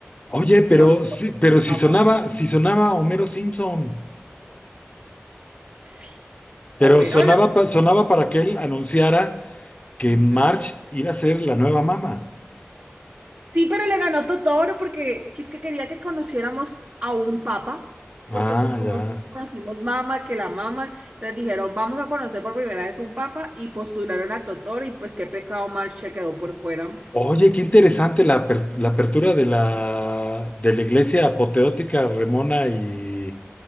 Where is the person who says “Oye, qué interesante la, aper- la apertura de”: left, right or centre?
Left